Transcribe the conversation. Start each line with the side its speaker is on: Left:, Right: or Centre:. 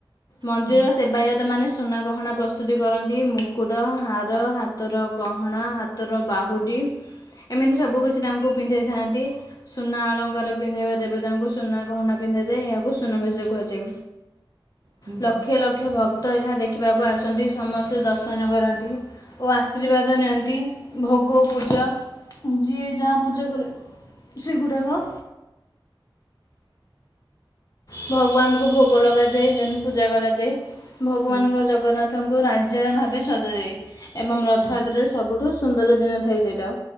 Left: ମନ୍ଦିରର
Right: ହୁଁ
Left: ସେବାୟତମାନେ ସୁନା ଗହଣା ପ୍ରସ୍ତୁତି କର ନ୍ତି, ମୁକୁଟ, ହାର, ହାତର ଗହଣା, ହାତର ବାହୁଟି ଏମିତି ସବୁ କିଛି ତାଙ୍କୁ ପିନ୍ଧେଇଥାନ୍ତି। ସୁନା ଅଳଙ୍କାର ପିନ୍ଧେଇବା ଦେବତାଙ୍କୁ ସୁନା ଗହଣା ପିନ୍ଧାଯାଏ। ଏହାକୁ ସୁନାବେଶ କୁହାଯାଏ।
Right: ହୁଁ
Left: ଲକ୍ଷ
Right: ହୁଁ
Left: ଲକ୍ଷ ଭକ୍ତ ଏହା ଦେଖିବାକୁ ଆସନ୍ତି। ସମ ସ୍ତେ ଦର୍ଶନ କରନ୍ତି ଓ ଆଶୀର୍ବାଦ ନିଅନ୍ତି। ଭୋଗ ପୂଜା ଯିଏ ଯାହା ପୂଜା କଲେ ସେଗୁଡାକ ଭଗବାନଙ୍କୁ ଭୋଗ ଲଗାଯାଏ, ଦେନ୍ ପୂଜା କରାଯାଏ। ଭଗବାନଙ୍କ
Right: ହୁଁ
Left: ଜଗନ୍ନାଥଙ୍କୁ ରାଜା ଭାବେ ସଜାଯାଏ। ଏବଂ ରଥଯାତ୍ରାରେ
Right: ହଁ
Left: ସବୁଠୁ ସୁନ୍ଦର ଦିନ ଥାଏ ସେଇଟା।